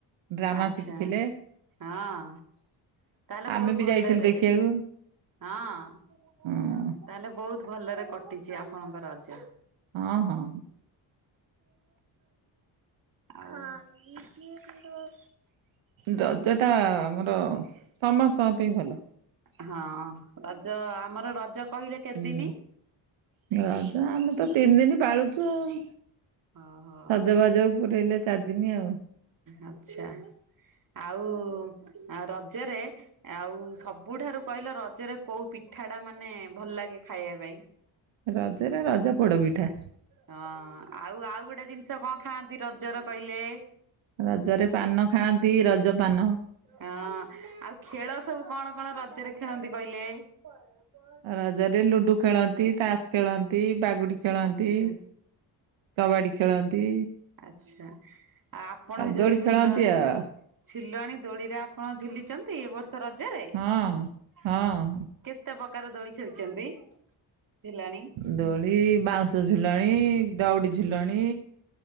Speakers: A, on the right; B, on the right.
A: ଡ୍ରାମା
B: ଆଛା
A: ଶିଖିଥିଲେ।
B: ହଁ। ତାହେଲେ
A: ଆମେ
B: ବହୁତ
A: ବି
B: ଭଲରେ
A: ଯାଇଥିଲୁ ଦେଖିବାକୁ
B: ହଁ ତାହେଲେ
A: ହଁ
B: ବହୁତ ଭଲରେ କଟିଛି ଆପଣଙ୍କ ରଜ?
A: ହଁ ହଁ।
B: ଆଉ
A: ରଜଟା ଆମର ସମସ୍ତଙ୍କ ପାଇଁ ଭଲ।
B: ହଁ ରଜ ଆମର ରଜ କହିଲେ କେତେଦିନି
A: ହୁଁ ରଜା ଆମେ ତ ତିନି ଦିନ ପାଳୁଛୁ ଆଉ।
B: ଓହୋ
A: ସଜବାଜ ପୁରଇଲେ ଚାରିଦିନି ଆଉ।
B: ଆଛା, ଆଉ ରଜରେ ଆଉ ସବୁଠାରୁ କହିଲ ରଜରେ କୋଉ ପିଠା ଟା ମାନେ ଭଲ ଲାଗେ ଖାଇବା ପାଇଁ।
A: ରଜରେ ରଜ ପୋଡ଼ ପିଠା।
B: ହଁ ଆଉ ଆଉ ଗୋଟେ ଜିନିଷ କଣ ଖାଆନ୍ତି? ରଜର କହିଲେ
A: ରଜରେ ପାନ ଖାଆନ୍ତି ରଜ ପାନ।
B: ହଁ ଆଉ ଖେଳ ସବୁ କଣ କଣ ରଜରେ ଖେଳନ୍ତି? କହିଲେ? <inaudible>
A: ରଜରେ ଲୁଡୁ ଖେଳନ୍ତି, ତାସ ଖେଳନ୍ତି, ବାଗୁଡି ଖେଳନ୍ତି।
B: ଆଚ୍ଛା
A: କବାଡି ଖେଳନ୍ତି।
B: ଆଛା, ଆଉ ଆପଣ ସେଇ
A: ଦୋଳି
B: ଯୋଉ
A: ଖେଳନ୍ତି
B: ଝୁଲଣି
A: ଆଉ
B: ଝିଲଣି ଦୋଳିରେ, ଆପଣ ଝୁଲିଛନ୍ତି ଏ ବର୍ଷ ରାଜଜରେ କେତେ?
A: ହଁ। ହଁ
B: କେତେ ପ୍ରକାର ଦୋଳି ଖେଳିଛନ୍ତି ଝୁଲାଣି?
A: ଦୋଳି ବାଉଁଶ ଝୁଲଣି, ଦଉଡ଼ି ଝୁଲଣି।